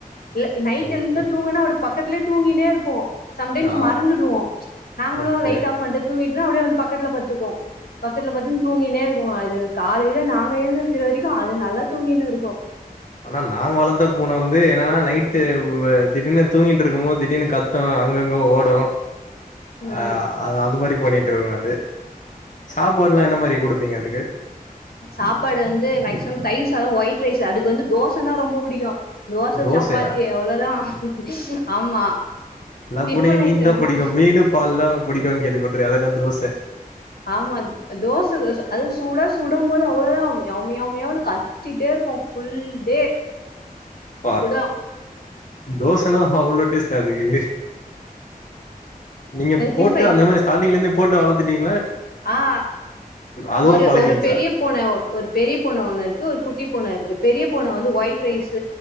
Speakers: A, on the left; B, on the left.
A: இல்ல நைட்
B: ஓகே
A: இருந்து தூங்கினா அப்டி பக்கத்திலே தூங்கினேஇரு. ரு போ. சம்டைம்ஸ்
B: ஆ
A: மறந்துடுவோ நாங்களு
B: ஓகே
A: லைட் ஆஃப் பன்டு தூங்கி டனேஅப்படியே வந்து பக்கத்துல பட்துக்கு பக்கத்துல பட்த் அது தூங்கினே இருக்கு அது காலையில நாங்க எழுந்திரிக்கிற வரைக்கு அது நல்லா தூங்கினு இருக்கு
B: ஆனா நாங்க வளத்த பூன வந்து என்னனா நைட்டு திடீர்னு தூங்கிட்டு இருக்கமோ திடீர்னு கத்தோ அங்கங்க ஓடு
A: ம்
B: ஆ அ அது மாரி. பண்ணிட்ருக்கோ அது சாப்பாடுலா என்ன மாரி குடுப்பீங்க அதுக்கு.
A: சாப்பாடு வந்து மேக்சிமம் தயிர் சாதோ ஒயிட் ரைஸ் அதுக்கு வந்து தோசைனா ரொம்ப புடிக்கு தோச
B: தோசையா
A: சப்பாத்தி அவ்ளோதா ஆமா
B: எல்லா
A: டிபன்
B: பூனைக்கு மீன்
A: ஐட்டம்னா
B: தா புடிக்கு மீனு பால் தா புடிக்குன்னு கேள்விப்பட்ருக்கே அது என்ன தோச
A: ஆமா தோச அது சூடா. சுடும் போது அவ்ளோதா மியா மியாவனு கத்திட்டே இருக்கு ஃபுல் டே.
B: ப்பா
A: விடு
B: தோசனா அவ்ளோ டேஸ்டா அதுக்கு. நீங்க போட்டு
A: டிஃபை
B: அந்த மாரி ஸ்டார்டிங். இங்க இந்து ஃபோட்டு வளத்துட்டீங்க.
A: ஆ
B: அதுவா
A: ஒரு
B: பழகிருச்சா
A: ஒரு பெரிய பூன ஒரு பெரிய பூன ஒன்னு இருக்கு ஒரு குட்டி பூன இருக்கு பெரிய. பூன வந்து ஒயிட் ரைஸ்